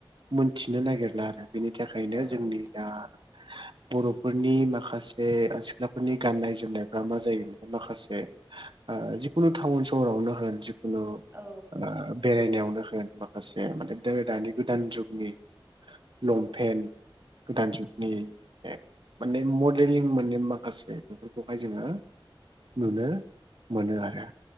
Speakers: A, on the right; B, on the right.
A: मोनथिनो नागिरला आरो बेनि थाखायनो
B: औ
A: जोंनि
B: नोंथां
A: दा बर'फोरनि माखासे सिख्लाफोरनि गाननाय जोमनायफ्रा मा जायो माखासे ओ जिखुनु टाउन सहरावनो होन खुनु ओ
B: औ
A: बेरायनायावनो होन माखासे माने दो दानि गोदान जुगनि लंपेन
B: औ
A: गोदान जुगनि माने मडेलिं मोने माखासे बेफोरखौहाय जोङो नुनो मोनो आरो